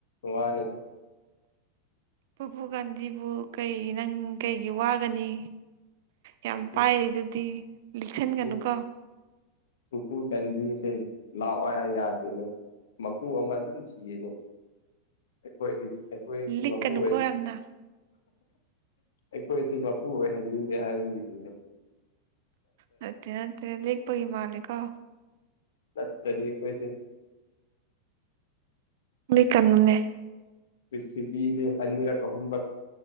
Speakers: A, on the left (about 60°); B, on the right (about 55°).
A: ꯋꯥꯅꯤꯗ
B: ꯄꯨ ꯒꯥꯟꯙꯤꯕꯨ ꯀꯩ ꯅꯪ ꯀꯩꯒꯤ ꯋꯥꯒꯅꯤ ꯌꯥꯝ
A: ꯄꯨꯄꯨ
B: ꯄꯥꯏꯔꯤꯗꯨꯗꯤ ꯂꯤꯛꯁꯤꯟꯒꯅꯨꯀꯣ
A: ꯄꯨꯄꯨ ꯄꯨꯄꯨ ꯒꯥꯟꯙꯤꯁꯦ ꯂꯥꯛꯑꯣ ꯍꯥꯏ ꯌꯥꯗꯦꯅꯦ ꯃꯄꯨ ꯑꯃ ꯑꯗꯨꯝ ꯁꯤꯌꯦꯀꯣ ꯑꯩꯈꯣꯏꯒꯤ ꯑꯩꯈꯣꯏꯁꯤ
B: ꯂꯤꯛꯀꯅꯨꯀꯣ
A: ꯃꯄꯨ ꯑꯣꯏ
B: ꯌꯥꯝꯅ
A: ꯑꯩꯈꯣꯏꯁꯦ ꯃꯄꯨ ꯑꯣꯏꯍꯟꯅꯤꯡꯗꯦ ꯍꯥꯏꯕꯒꯤꯄꯤꯗ
B: ꯅꯠꯇꯦ ꯅꯠꯇꯦ ꯂꯦꯛꯄꯒꯤ ꯃꯥꯂꯤꯀꯣ
A: ꯅꯠꯇ꯭ꯔꯗꯤ ꯑꯩꯈꯣꯏꯁꯦ
B: ꯂꯤꯛꯀꯅꯨꯅꯦ
A: ꯄ꯭ꯔꯤꯊꯤꯕꯤꯁꯤ ꯑꯅꯤꯔꯛ ꯑꯍꯨꯝꯔꯛ